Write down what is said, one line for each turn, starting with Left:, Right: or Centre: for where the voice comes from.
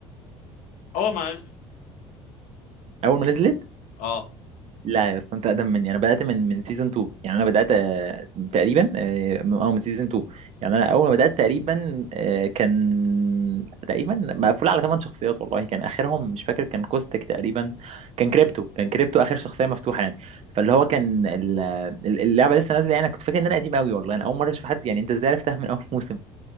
Left: اول ما نزلت
Right: اول ما نزلت
Left: اه
Right: لا يا اسطى انت اقدم مني انا بدات من من سيزون 2 يعني انا بدات آه، تقريبا اه من آه، من سيزون 2 يعني انا اول ما بدات تقريبا آه، كان تقريبا مقفول على ثمان شخصيات والله كان اخرهم مش فاكر كان كوستك تقريبا كان كريبتو كان كريبتو اخر شخصيه مفتوحه يعني فاللي هو كان ال- ال- اللعبه لسه نازله يعني انا كنت فاكر ان انا قديم قوي والله انا اول مره اشوف حد يعني انت ازاي عرفتها من <laughs> اول موسم